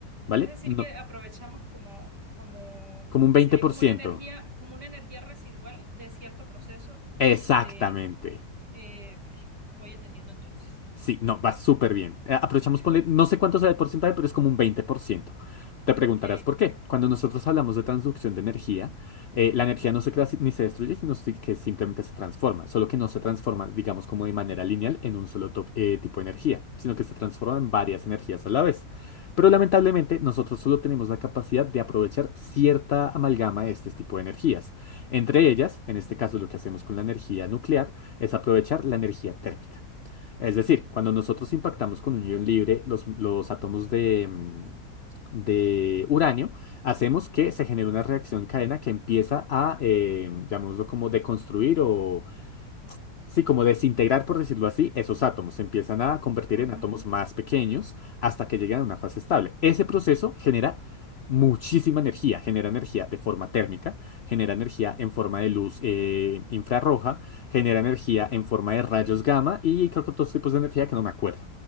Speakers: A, on the left; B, on the right.
A: ¿vale?
B: Es decir,
A: No,
B: que aprovechamos como, como,
A: como un
B: sería
A: veinte por
B: como
A: ciento
B: una energía, como una energía residual de cierto proceso
A: Exactamente.
B: de, eh, ok, voy entendiendo entonces.
A: Sí, no, va súper bien. Eh, Aprovechamos,
B: <laughs>
A: ponle, no sé cuánto sea el porcentaje, pero es como un 20%. Te preguntarás
B: Ok.
A: por qué. Cuando nosotros hablamos de transducción de energía, eh, la energía no se crea si- ni se destruye, sino si- que simplemente se transforma. Solo que no se transforma, digamos, como de manera lineal en un solo top- eh, tipo de energía, sino que se transforma en varias energías a la vez. Pero lamentablemente, nosotros solo tenemos la capacidad de aprovechar cierta amalgama de este tipo de energías. Entre ellas, en este caso, lo que hacemos con la energía nuclear es aprovechar la energía térmica. Es decir, cuando nosotros impactamos con un ion libre, los, los átomos de, mm, de uranio, hacemos que se genere una reacción en cadena que empieza a, eh, llamémoslo como deconstruir o, Sí, como desintegrar, por decirlo así, esos átomos se empiezan a convertir
B: ujú.
A: en átomos más pequeños hasta que llegan a una fase estable. Ese proceso genera muchísima energía, genera energía de forma térmica, genera energía en forma de luz eh, infrarroja, genera energía en forma de rayos gamma y creo que otros tipos de energía que no me acuerdo.